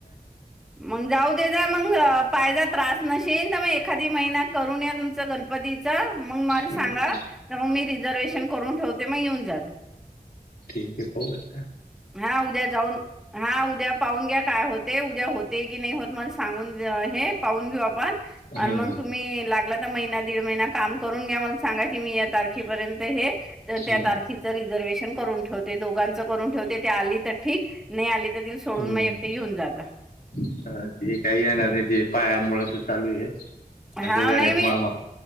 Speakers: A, in the centre; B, on the left (about 75°).
A: मग जाऊ दे जा मग पाहिला त्रास नशेल त मग एखादी महिना करून या तुमचं गणपतीच मंग माल
B: हं,
A: सांगा त मंग मी री रिझर्वेशन करून ठेवते, मग येऊन जा.
B: ठीक आ हे. पाहू या.
A: हा उद्या जाऊन, हा उद्या पाहून घ्या काय होत? ते उद्या होते, की नाही होत मला सांगून हे पाहून घेऊ आपण. आणि
B: हं,
A: मग तुम्ही लागलात महिना दीड महिना काम करून घ्या मला सांगा की मी या तारखेपर्यंत हे तर त्या
B: हं,
A: तारखेचं रिझर्वेशन करून ठेव ते दोघांचं करून ठेव ती आली तर ठीक नाही आली, तर तिला सोडून
B: हं.
A: मग एकटी घेऊन जाता.
B: हा, ते काही येणार नाही ते पायामुळे ते चालू आहे. आणि
A: हा
B: ते गणेश
A: नाही मी
B: मामा